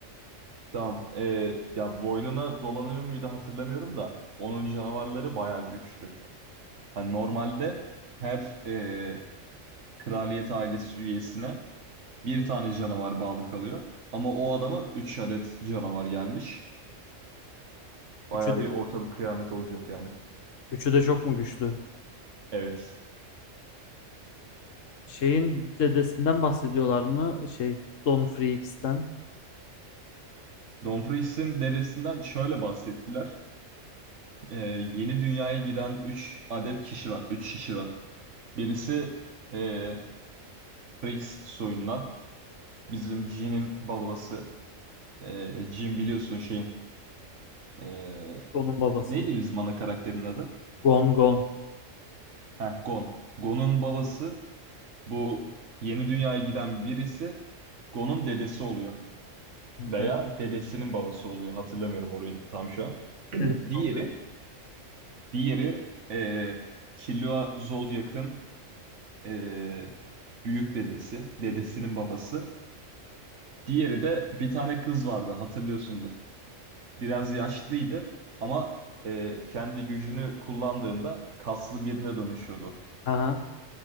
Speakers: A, on the right; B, on the left.
A: Tamam. e, ya boynuna dolanıyor muydu hatırlamıyorum da. Onun canavarları bayağı güçlü. Hani normalde her e, kraliyet ailesi üyesine bir tane canavar bağlı kalıyor. Ama o adama 3 adet canavar gelmiş. Bayağı
B: Üçü de,
A: bir ortalık kıyamet olacak yani.
B: üçü de çok mu güçlü?
A: Evet.
B: Şeyin dedesinden bahsediyorlar mı? Şey Don Freaks'ten.
A: Domfrix'in dedesinden şöyle bahsettiler. Ee, yeni dünyaya giden 3 adet kişi var. 3 kişi var. Birisi ee, Frix soyundan. Bizim Jin'in babası. Ee, Jin biliyorsun şeyin. ee,
B: Gon'un babası.
A: neydi bizim ana karakterin adı?
B: Gon Gon.
A: Heh, Gon. Gon'un babası bu Yeni dünyaya giden birisi Gon'un dedesi oluyor. Veya
B: Evet.
A: dedesinin babası oluyor. Hatırlamıyorum orayı tam şu an. <clears throat>
B: Dedesi
A: Diğeri,
B: oldu.
A: diğeri eee Killua Zodiac'ın eee, büyük dedesi, dedesinin babası. Diğeri de bir tane kız vardı hatırlıyorsundur. Biraz yaşlıydı ama eee, kendi gücünü kullandığında kaslı birine dönüşüyordu.
B: Aha.